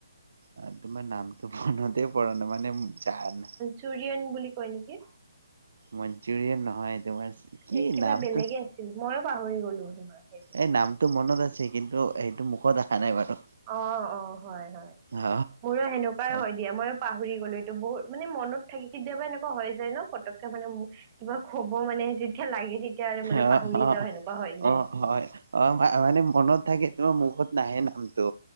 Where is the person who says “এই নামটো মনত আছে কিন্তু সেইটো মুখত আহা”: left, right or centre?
Right